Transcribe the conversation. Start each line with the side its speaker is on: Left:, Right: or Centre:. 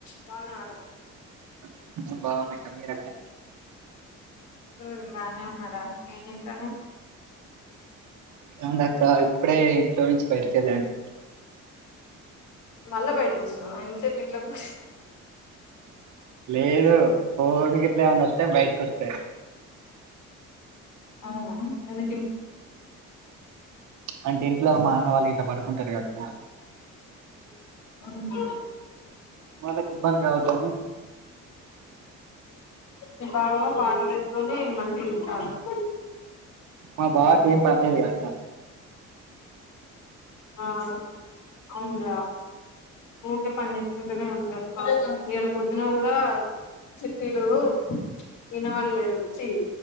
Left: బాగున్నరా
Right: <unintelligible> బాగున్నక్క మీరక్క
Left: ఉమ్ బానే ఉన్నరా ఏం చేత్తన్నవ్
Right: ఏముందక్క ఇప్పుడే ఇంట్లో నుంచి బయటకెళ్ళాను
Left: మళ్ళా బయటకు వచినవా ఇంతసేపు ఇంట్లో ప
Right: లేదు ఫోన్ గిట్ల ఏమన్న వస్తే బయటకి వచ్చడే
Left: అవునా ఎందు
Right: అంటే ఇంట్లో మా అన్న వాళ్ళు గిట్ల పడుకుంటరు గదక్క
Left: అందు
Right: వాళ్ళకి ఇబ్బంది కావద్దని
Left: మీ బావ ఏమో పాటలూ పెట్టుకొని మంచిగ తిరుగుతండు
Right: మా బావ కేం పన్లేద్గాక్క
Left: ఆ అవునురా ఊకే పని చేసుకుంటనే ఉంటాడు పాపం ఇయల పొద్దున కూడా చిట్టీలూ విన వాళ్ళు చి